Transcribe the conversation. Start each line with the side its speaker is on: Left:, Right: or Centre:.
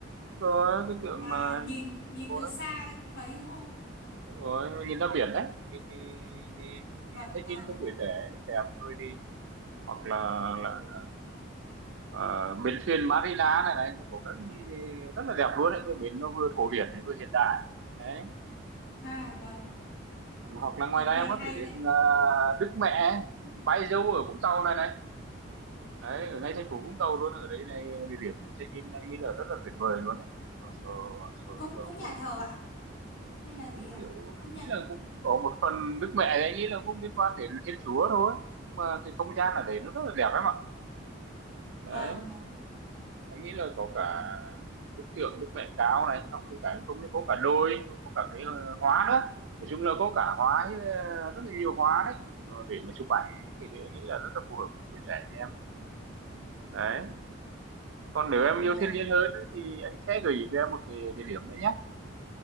Right: có cái tượng
Left: Mà
Right: mà
Left: nhìn
Right: hình chữ
Left: nhìn
Right: cô
Left: từ
Right: đó
Left: xa cũng thấy đúng không?
Right: Đúng rồi nhìn ra biển đấy cái cái cái,
Left: Vâng
Right: cái check
Left: vâng.
Right: in cho
Left: vâng.
Right: tuổi trẻ ấy, đẹp thôi đi hoặc là là, là ờ, bến thuyền Marina này này nó có rất rất là đẹp luôn đấy cái bến nó vừa cổ điển này vừa hiện đại đấy
Left: À vâng,
Right: hoặc là ngoài
Left: vâng
Right: ra em
Left: nghe
Right: có
Left: hay
Right: thể đến
Left: đấy.
Right: ờ, Đức Mẹ Bái Dâu ở Vũng Tàu này này đấy ở ngay thành phố Vũng Tàu luôn ở đấy này địa điểm check in anh nghĩ là rất là tuyệt vời luôn đấy cho cho cho,
Left: Cũng
Right: cho
Left: cũng nhà
Right: người
Left: thờ ạ hay là gì
Right: cũng
Left: ạ?
Right: kiểu
Left: Cũng
Right: anh
Left: nhận.
Right: nghĩ là cũng có một phần nước mẹ thì anh nghĩ là cũng liên quan đến Thiên Chúa thôi nhưng mà cái không gian ở đấy nó rất là đẹp lắm ạ đấy
Left: Vâng vâng.
Right: anh nghĩ là có cả
Left: Ờ.
Right: bức tượng Đức Mẹ Cao này xong rồi cả không có cả đôi có cả cái ờ, hóa nữa nói chung là có cả hóa ờ, rất là nhiều hóa đấy Ờ, để mà chụp ảnh thì, thì anh nghĩ là rất là phù hợp với tuổi trẻ em đấy còn nếu em
Left: À vâng.
Right: yêu thiên nhiên hơn ấy, thì anh sẽ gửi cho em một cái địa điểm đấy nhé